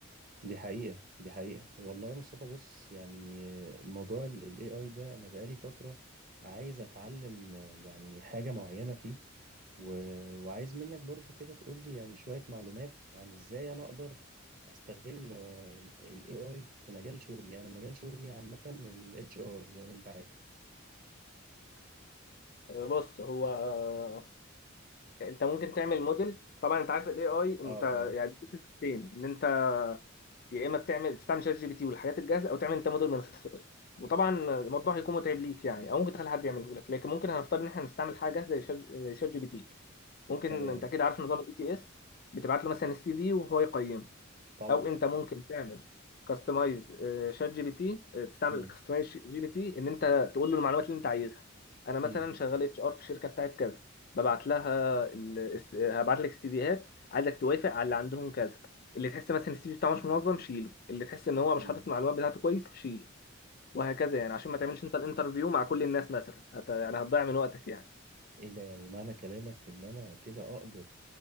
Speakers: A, on the right; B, on the left.
A: دي حقيقة دي حقيقة والله يا مصطفى بص يعني موضوع ال ال AI ده أنا بقالي فترة عايز أتعلم يعني حاجة معينة فيه و... وعايز منك برضو كده تقولي يعني شوية معلومات عن إزاي أنا أقدر أستغل آه، ال AI في مجال شغلي أنا مجال شغلي عامة ال HR زي ما أنت عارف
B: بص هو آه، انت ممكن تعمل موديل طبعا انت عارف الاي اي انت
A: آه آه
B: يعني بتقسم حاجتين ان انت يا اما بتعمل تستعمل شات جي بي تي والحاجات الجاهزه او تعمل انت موديل من الصفر وطبعا الموضوع هيكون متعب ليك يعني او ممكن تخلي حد يعمله لك لكن ممكن هنفترض ان احنا هنستعمل حاجه زي شات زي شات جي بي تي ممكن
A: تمام
B: انت كده عارف نظام الاي تي اس بتبعت له مثلا السي في وهو يقيمه
A: طبعا
B: او انت ممكن تعمل كاستمايز شات جي بي تي آه، تستعمل
A: مم.
B: كاستمايز جي بي تي ان انت تقول له المعلومات اللي انت عايزها انا مثلا
A: مم.
B: شغال اتش ار في الشركه بتاعت كذا ببعت لها ال... الس- آه، هبعت لك سيفيهات عايزك توافق على اللي عندهم كذا اللي تحس مثلا السي في بتاعه مش منظم شيله اللي تحس ان هو مش
A: مم.
B: حاطط المعلومات بتاعته كويس شيله وهكذا يعني عشان ما تعملش انت الانترفيو مع كل الناس مثلا هت... يعني هتضيع من وقتك يعني
A: ايه ده يعني معنى كلامك ان انا كده اقدر